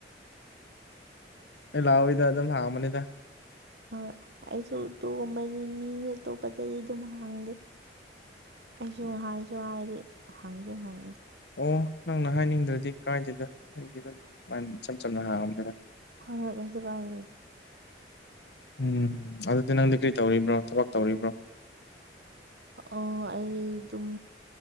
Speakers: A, on the left; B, on the right.
A: ꯑꯩ ꯂꯥꯛꯑꯣꯏꯗ ꯑꯗꯨꯝ ꯍꯥꯡꯕꯅꯤꯗ
B: ꯑ ꯑꯩꯁꯨ ꯇꯨꯒꯨꯝꯕꯅꯤ ꯃꯤ ꯑꯇꯣꯞꯄꯗꯗꯤ ꯑꯗꯨꯝ ꯍꯥꯡꯗꯦ ꯑꯩꯁꯨ ꯍꯥꯏꯁꯨ ꯍꯥꯏꯗꯤ ꯍꯪꯖꯨ ꯍꯪꯗꯦ
A: ꯑꯣ ꯅꯪꯅ ꯍꯥꯏꯅꯤꯡꯗ꯭ꯔꯗꯤ ꯀꯥꯏꯗꯦꯗ ꯑꯩꯗꯤ ꯑꯗꯨꯝ <unintelligible> ꯏꯆꯝ ꯆꯝꯅ ꯍꯪꯉꯛꯄꯅꯤ
B: ꯍꯪ ꯍꯣꯢ ꯀꯩꯁꯨ ꯀꯥꯢꯗꯦ
A: ꯎꯝ ꯑꯗꯨꯗꯤ ꯅꯪꯗꯤ ꯀꯔꯤ ꯇꯧꯔꯤꯕ꯭ꯔꯣ ꯊꯕꯛ ꯇꯧꯔꯤꯕ꯭ꯔꯣ
B: ꯑꯣ ꯑꯩ ꯑꯗꯨꯝ